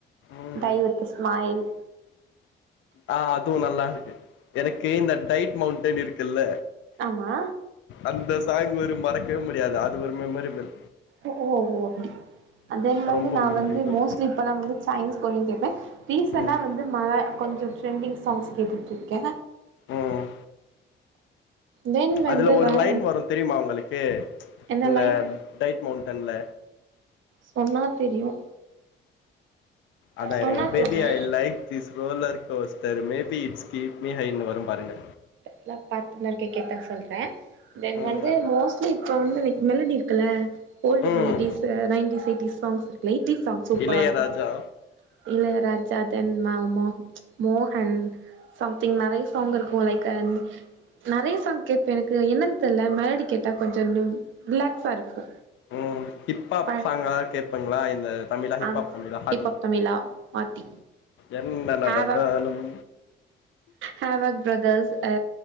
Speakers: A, on the left; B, on the right.
A: ம்
B: டை வித் ஸ்மைல்
A: ஆ அதுவு நல்லாருக்கு எனக்கு இந்த டைட் மௌன்டென் இருக்குல்ல
B: ஆமா
A: அந்த சாங் ஒரு மறக்கவே முடியாது அது ஒரு மெமரிபிள்
B: ஓ ஓஹோ அப்டி தென் வந்து
A: ரொம்ப
B: நா
A: மெமரிபிள்
B: வந்து மோஸ்ட்லி இப்பல்லா வந்து சைனீஸ் கொரியன் கேப்பே ரீசண்ட்டா
A: ம்
B: வந்து மழ கொஞ்சோ ட்ரெண்டிங் சாங்ஸ் கேட்டுட்ருக்கே
A: ம்
B: தென்
A: அதுல
B: வந்து
A: ஒரு
B: வேற
A: லைன் வரு தெரியுமா உங்களுக்கு
B: என்ன
A: இந்த
B: லைன்
A: டைட் மவ்ண்டன்ல
B: சொன்னா தெரியு
A: அதா
B: சொன்னா
A: இருங்க பேபி
B: தெரியு
A: I like this roller coaster maybe it's keep me ஹைன்னு வரும் பாருங்க
B: தெர்ல பாத்து நா கே கேட்டா சொல்றே தென்
A: ம்
B: வந்து மோஸ்ட்லி சொம் மெலக் மெலடி இருக்குல ஓல்டு
A: ம்
B: மெலடீஸ்ஸு நைன்டீஸ் எயிட்டிஸ் சாங்ஸ் இருக் லைட்டீஸ் சாங் சூப்பரா
A: இளையராஜா
B: இருக்கு இளையராஜா தென் ம மகு மோ மோஹன் சம்திங் நெறைய சாங் இருக்கு லைக் அண் நெறைய சாங் கேட்பே எனக்கு என்னன் தெர்ல மெலடி கேட்டா கொஞ்சோ இன்னும் ரிலாக்ஸா இருக்கு
A: ம் ஹிப்பாப்
B: ப
A: சாங் எதா கேப்பங்ளா இந்த தமிழா ஹிப்பாப்
B: ஆ
A: தமிழா
B: ஹிப்ஹாப்
A: ஆதி
B: தமிழா ஆத்தி
A: என்ன நடந்தாலும்
B: ஹேவாக் ஹேவாக் பிரதர்ஸ் அ